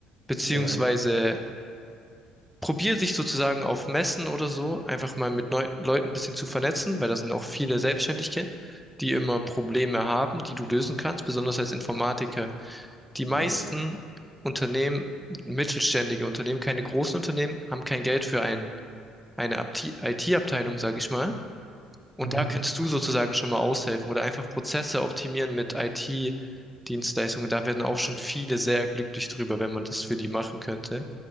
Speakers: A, in the centre; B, on the right.
A: beziehungsweise
B: Ja,
A: probier dich sozusagen auf Messen oder so einfach mal mit Neu Leuten ein bisschen zu vernetzen, weil da sind auch viele Selbstständige, die immer Probleme haben, die du lösen kannst, besonders als Informatiker. Die meisten
B: ja.
A: Unternehmen, mittelständige Unternehmen, keine großen Unternehmen, haben kein Geld für ein, eine IT-Abteilung, sage ich mal. Und
B: Mhm.
A: da kannst du sozusagen schon mal aushelfen oder einfach Prozesse optimieren mit IT-Dienstleistungen. Da werden auch schon viele sehr glücklich drüber, wenn man das für die machen könnte.